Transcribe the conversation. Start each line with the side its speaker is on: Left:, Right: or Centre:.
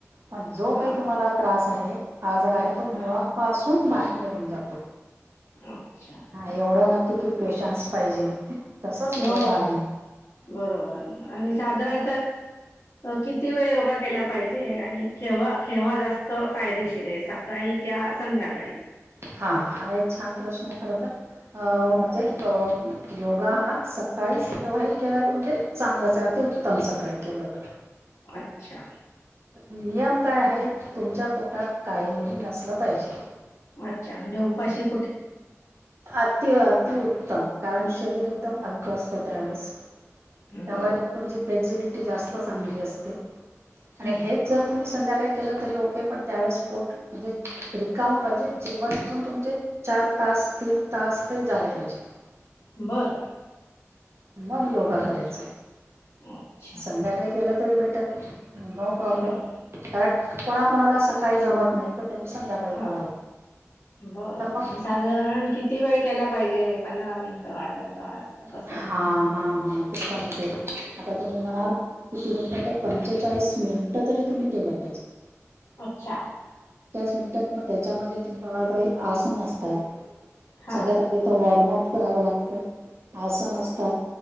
Right: पण जो
Left: हां
Right: काही तुम्हाला त्रास आहे हाज ना तो मरा
Left: हां
Right: कसून बाहेर लागन जातो
Left: अच्छा
Right: हा एवढं नक्की कि पेशन्स पाहिजे तसच योगा
Left: हो
Right: आहे
Left: बरोबर आणि साधारण किती वेळ केला पाहिजे आणि केव्हा केव्हा जास्त फायदेशीर आहे काळी कि संध्याकाळी
Right: हा हा एक छान प्रश्न आहे खर तरर म्हणजे
Left: हं.
Right: योगा हा सकाळीच केव्हाही केला तर म्हणजे चांगलंच आहे अतिउत्तम सकाळी केलं तर
Left: अच्छा
Right: नियम काय आहे तुमच्या पोटात काही नसलं पाहिजे
Left: अच्छा म्हणजे उपाशीट
Right: अति अतिउत्तम कारण शरीर एकदम हलक असतो त्यावेेळेस त्यामुळे
Left: बरोबर
Right: तुमची फ्क्झ जास्त चांगली असते आणि
Left: हं.
Right: हेच जर तुम्ही संध्याकाळी केलं तरी ओके, पण त्यावेेळेस स् पोट म्हणजे रिकाम पाहिजे. जेवण करून तुमचे चार तास तीन तास तरी झाले पाहिजे.
Left: बरं.
Right: मग योगा करायच
Left: अच्छा
Right: आहे.
Left: अच्छा.
Right: संध्याकाळी केलं तरी बेटर आहे. नो प्रॉब्लेम,
Left: बरं.
Right: कारण कोणाकणाला सकाळी जमत नाही तर त्याने संध्याकाळी
Left: हा
Right: करावं
Left: बरं
Right: तर मग
Left: आणि साधारण किती वेळ केला पाहिजे. पंधरा मिनटं अर्धा तास. तास कसं.
Right: हा हा हा ते पण येते आता तुम्ही म्हणाल किती म्हणता तर पंचेचाळीस मिनिटं तरी तुम्ही केलं पाहिजे.
Left: अच्छा.
Right: मिनट मग त्याच्यामध्ये तुम्हाला काही आसन असतात.
Left: हां.
Right: सगळ्यात आधी तर वॉर्मअप करावं लागतं. आसन असतात.
Left: ओके.